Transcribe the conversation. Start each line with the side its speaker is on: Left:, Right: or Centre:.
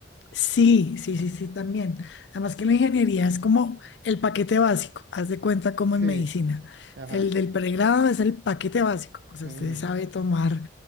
Left: Sí, sí, sí, sí, también. Además que la ingeniería es como el paquete básico, haz de cuenta como
Right: Sí.
Left: en medicina.
Right: Ajá.
Left: El del pregrado es el paquete básico, o sea,
Right: Ujú.
Left: usted sabe tomar